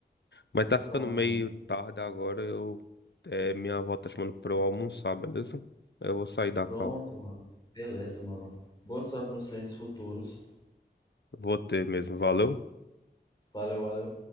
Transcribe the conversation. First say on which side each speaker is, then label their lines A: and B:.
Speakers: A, on the left; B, on the left.
A: Mas tá ficando
B: Pronto,
A: meio
B: mano.
A: tarde agora. Eu, é, minha avó tá chamando pra eu almoçar, beleza? Eu vou sair da
B: Pronto,
A: cal.
B: mano. Beleza, mano. Boa sorte nos treinos futuros.
A: Vou ter mesmo. Valeu.
B: Valeu, valeu.